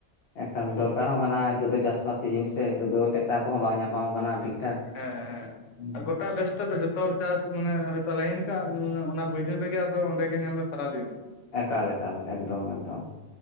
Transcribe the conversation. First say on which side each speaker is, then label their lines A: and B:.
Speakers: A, on the left; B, on the left.
A: ᱮᱠᱟᱞ ᱫᱚᱨᱠᱟᱨ ᱦᱚᱸ ᱠᱟᱱᱟ ᱱᱤᱛᱚᱜ ᱫᱚ ᱪᱟᱥ ᱵᱟᱥ ᱥᱤᱡᱤᱱ ᱥᱮ ᱱᱤᱛᱚᱜ ᱫᱚ ᱴᱮᱠᱴᱟᱨ ᱠᱚᱦᱚᱸ ᱵᱟᱝ ᱧᱟᱯᱟᱢ ᱠᱟᱱᱟ ᱴᱷᱤᱠ᱾ ᱴᱷᱟᱠ
B: ᱦᱮᱸ ᱦᱮᱸ
A: ᱦᱩᱸ
B: ᱦᱮᱸ ᱜᱚᱴᱟ ᱵᱮᱥᱛᱚ ᱛᱚ ᱡᱚᱛᱚ ᱦᱚᱲ ᱪᱟᱥᱼᱼ ᱢᱟᱱᱮ ᱦᱚᱭᱛᱳ ᱞᱟᱭᱤᱱ ᱠᱟᱜ, ᱚᱱᱟ ᱵᱟᱹᱭᱦᱟᱹᱲ ᱨᱮᱜᱮ ᱟᱫᱚ ᱚᱸᱰᱮᱜ ᱜᱮ ᱧᱮᱞ ᱢᱮ ᱥᱟᱨᱟ ᱫᱤᱱ᱾
A: ᱮᱠᱟᱞ ᱮᱠᱟᱞ ᱮᱠᱫᱚᱢ ᱮᱠᱫᱚᱢ ᱾